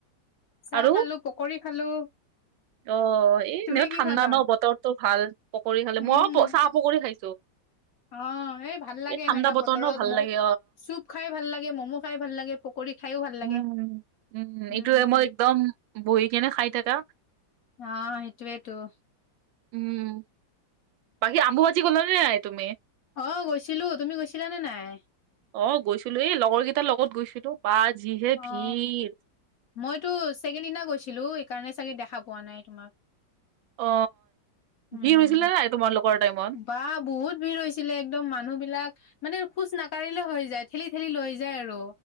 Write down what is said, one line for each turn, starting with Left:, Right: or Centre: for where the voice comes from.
Left: চাহ
Right: আৰু?
Left: খালো, পকৰী খালো।
Right: অ এ
Left: তুমি
Right: এনেও
Left: কি
Right: ঠাণ্ডা
Left: খালা
Right: ন বতৰটো? ভাল পকৰি খালে।
Left: উম
Right: মই চাহ, পকৰি খাই
Left: অ, এই ভাল লাগে
Right: ঠাণ্ডা
Left: এনেকা
Right: বতৰ
Left: বতৰত।
Right: ন ভাল
Left: মূ
Right: লাগে
Left: চুপ খাই ভাল লাগে, মম' খাই ভাল লাগে। পকৰী খাইও ভাল লাগে
Right: উম-উম,
Left: উম
Right: এইটো
Left: উম,
Right: মই একদম বহি কেনে খাই থাকা
Left: অ, সেইটোৱেইটো।
Right: উম, বাকি আমবুবাজি গলা নে নাই তুমি?
Left: অ গৈছিলো, তুমি গৈছিলা নে নাই?
Right: অ গৈছিলো। এই লগৰ কেইটাৰ লগত গৈছিলো, বা যিহে
Left: অ',
Right: ভিৰ।
Left: মইতো চেকেন দিনা গৈছিলো, সেইকাৰণে চাগে দেখা পোৱা নাই তোমাক।
Right: অ
Left: উম
Right: ভিৰ হৈছিলে নাই তোমালোকৰ টাইমত?
Left: বা বহুত ভিৰ হৈছিলে, একদম মানুহ বিলাক মানে খোজ নাকঢ়িলেও হৈ যায়, ঠেলি ঠেলি লৈ যায় আৰু।